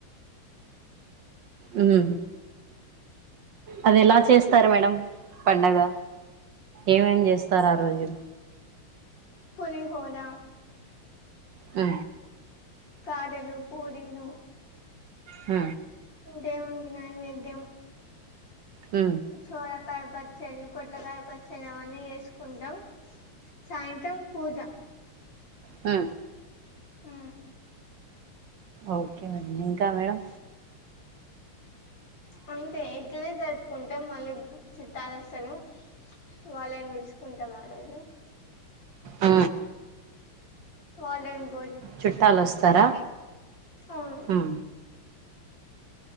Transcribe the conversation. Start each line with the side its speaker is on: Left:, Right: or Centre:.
Right: ఉ అది ఎలా చేస్తారు మేడం పండగ ఏమేం చేస్తారు ఆ రోజు
Left: పులిహోర
Right: ఉ
Left: కారెలు పూరీలు
Right: ఉ
Left: దేవునికి నైవేద్యం
Right: ఉ
Left: సోరకాయ పచ్చడి పొట్లకాయ పచ్చడి అవన్నీ చేసుకుంటాం సాయంత్రం పూజ
Right: ఆ
Left: ఉ
Right: ఓకే మేడం ఇంకా మేడం
Left: అంతే ఇట్లనే జరుపుకుంటాం మళ్ళీ చుట్టలస్తారు వాళ్ళని విలుసుకుంటాం ఆ రోజు
Right: ఆ
Left: వలెన్ బో
Right: చుట్టాలవస్తారా
Left: అవును
Right: ఉ